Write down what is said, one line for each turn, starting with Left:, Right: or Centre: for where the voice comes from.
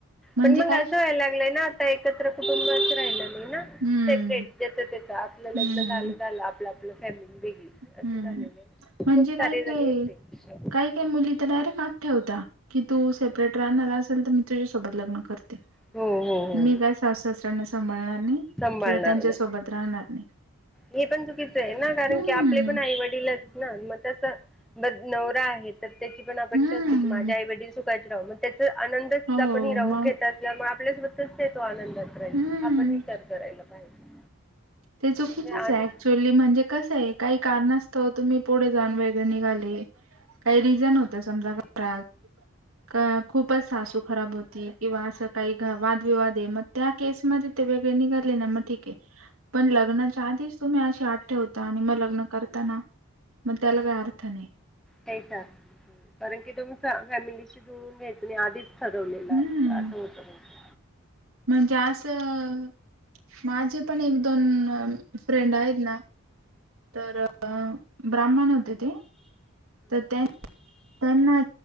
Right: म्हणजे
Centre: पण मग
Right: काय
Centre: असं व्हायला लागलंय ना आता एक एकत्र कुटुंबच राहिलं नाही ना
Right: हम्म
Centre: सेपरेट जच त्याच आपलं लग्न
Right: हम्म
Centre: झालं झालं आपलं. आप फॅमिली वेगळी असं
Right: हम्म
Centre: झालेलं
Right: हम्म म्हणजे
Centre: खूप
Right: काय
Centre: सारे जग.
Right: काय काही मुली तर डायरेक्ट आठ ठेवता की तू सेपरेट राहणार असेल तर मी तुझ्यासोबत लग्न करते.
Centre: हो हो हो
Right: मी काय सासासऱ्यांना सांभाळणार नाही
Centre: सांभाळणार
Right: किंवा त्यांच्या
Centre: नाही
Right: सोबत राहणार नाही.
Centre: हे पण चुकीचं आहे ना कारण
Right: हम्म
Centre: की आपले पण आई वडीलच ना मग तस ब नवरा आहेत. तर त्याची पण अपेक्षा
Right: हम्म
Centre: असते की माझ्या आई, वडील सुखाचे राहू मग त्याचा आनंदच
Right: हो
Centre: आपण हि राहून
Right: मग
Centre: घेत मग आपल्यासोबतच देतो आनंदात राहील
Right: हम्म.
Centre: आपण विचार करायला पाहिजे.
Right: ते चो
Centre: म्हणजे
Right: कथंच.
Centre: आन
Right: चोली म्हणजे कसं आहे काही कारण असतं तुम्ही पुढे जान वेगरे निघाले. काही रिझन होत समजा घात अ खूपच सासू खराब होती किंवा असं काही वादविवाद आहे म त्या केसमध्येध्ये ते वेगळे निघाले ना मग ठीक, आहे. पण लग्नाच्या आधीच तुम्ही अशी आठ ठेवता आणि मग लग्न करताना. मग त्याला काय अर्थ नाही.
Centre: यायचा कारण की तुम्ही फॅमिलीशी जुळून घ्याय तु आधीच ठरवलेलं
Right: हम्म
Centre: अस असं होतं, मग ते.
Right: म्हणजे असं माझे पण एक दोन फ्रेंड आहेत ना. तर ब्राह्मण होते ते तर त्यां त्यांना